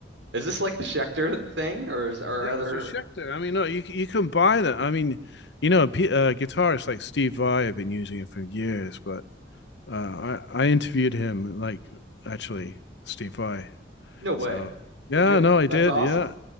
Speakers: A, on the right; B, on the left.
A: Is this like a Schecter thing or is or
B: yeah
A: other
B: it's a Schecter. i mean no you you can buy that i mean you know a p- uh, guitarist like steve vai have been using it for years but uh i i interviewed him like actually steve vai
A: no way.
B: so yeah
A: Legit.
B: no i
A: That's
B: did
A: awesome.
B: yeah